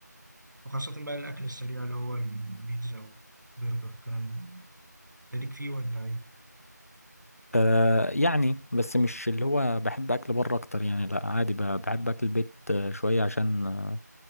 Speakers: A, on the right; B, on the left.
A: وخاصة بقى الأكل السريع اللي هو البيتزا والبرجر والكلام ده أنت ليك فيه ولا إيه؟
B: آه يعني بس مش اللي هو بحب اكل بره اكتر يعني لا عادي ب- بحب اكل البيت آه، شويه عشان آه،